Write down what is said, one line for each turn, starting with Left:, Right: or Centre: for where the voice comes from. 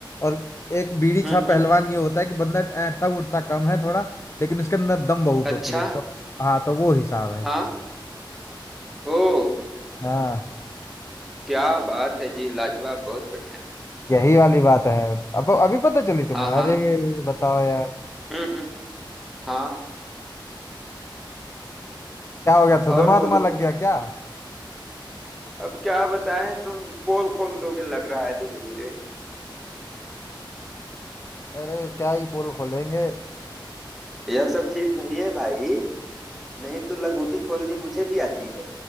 Left: और एक बीड़ी
Centre: हम्म
Left: छा पहलवान
Centre: हम्म
Left: ये होता है कि बंदा ऐंठता उठता कम है थोड़ा लेकिन उसके अंदर दम बहुत
Centre: अच्छा
Left: होती है तो हाँ तो वो हिसाब है
Centre: हाँ ओ
Left: हाँ
Centre: क्या बात है जी लाजवाब बहुत बढ़िया
Left: यही वाली बात है अब अभी पता चली तुम्हें
Centre: हाँ
Left: अरे
Centre: हाँ
Left: बताओ यार
Centre: हम्म हम्म हाँ
Left: क्या हो गया सदमा
Centre: और बोलो
Left: वदमा लग गया क्या
Centre: अब क्या बताएं तुम पोल खोल लोगे लग रहा है धीरे धीरे
Left: अरे क्या ही पोल खोलेंगे
Centre: यह सब ठीक नहीं है भाई नहीं तो लंगोटी खोलनी मुझे भी आती है